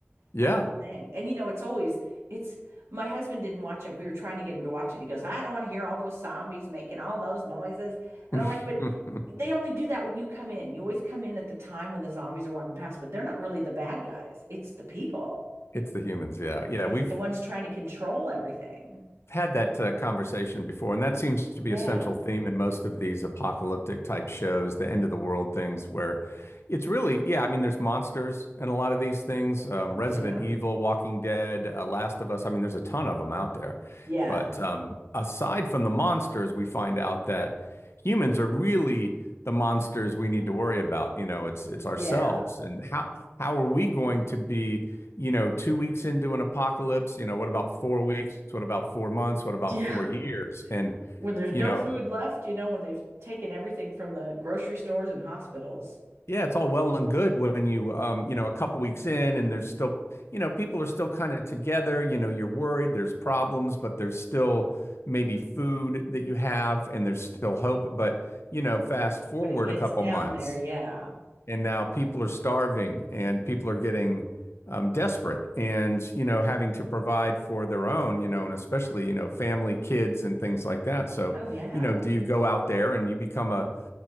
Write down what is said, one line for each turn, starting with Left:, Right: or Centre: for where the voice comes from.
Left: Yeah.
Right: That's the thing. And you know, it's always it's my husband didn't watch it. We were trying to get him to watch it. He goes, "I don't want to hear all those zombies making all those noises." And
Left: <laughs>
Right: I'm like, "But they only do that when you come in. You always come in at the time when the zombies are walking past, but they're not really the bad guys. It's the people."
Left: It's the humans. Yeah. Yeah.
Right: It's
Left: We've
Right: the ones trying to control everything.
Left: had that uh, conversation before, and that seems to be
Right: Yeah.
Left: a central theme in most of these apocalyptic type shows, the end of the world things, where it's really, yeah, I mean, there's monsters and a lot of these things, um, Resident
Right: Yeah.
Left: Evil, Walking Dead, uh, Last of Us. I mean, there's a ton of them out there.
Right: Yeah.
Left: But um, aside from the monsters, we find out that humans are really the monsters we need to worry about. You know, it's it's
Right: Yeah.
Left: ourselves, and how how are we going to be? you know, two weeks into an apocalypse, you know, what about four weeks? What about four months? What about
Right: Yeah.
Left: four years? And,
Right: When there's
Left: you
Right: no
Left: know,
Right: food left, you know, when they've taken everything from the grocery stores and hospitals,
Left: yeah, it's all well and good when you, um, you know, a couple weeks in and there's still, you know, people are still kind of together, you know, you're worried, there's problems, but there's still maybe food that you have and there's still hope. But, you know, fast forward
Right: when it gets
Left: a couple
Right: down
Left: months
Right: there, yeah.
Left: and now people are starving and people are getting um, desperate and you know having to provide for their own you know and especially you know family kids and things like that so
Right: Oh, yeah.
Left: you know do you go out there and you become a,